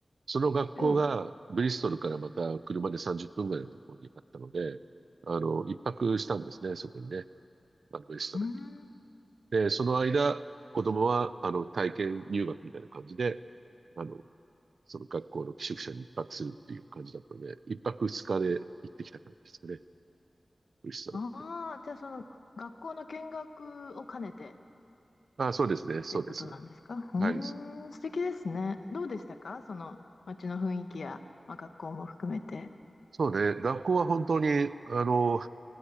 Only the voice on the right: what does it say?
その学校が、
ブリストルからまた車で30分ぐらいのところにあったので、あの、一泊したんですね、そこにね、あの、ブリストルに。
で、その間、子供は、あの、体験入学みたいな感じで、あの、その学校の寄宿舎に一泊するっていう感じだったので、一泊二日で行ってきた感じですかね。ブリストル。
あ、そうですね。そうです。
はい。
そうね。学校は本当に、あの、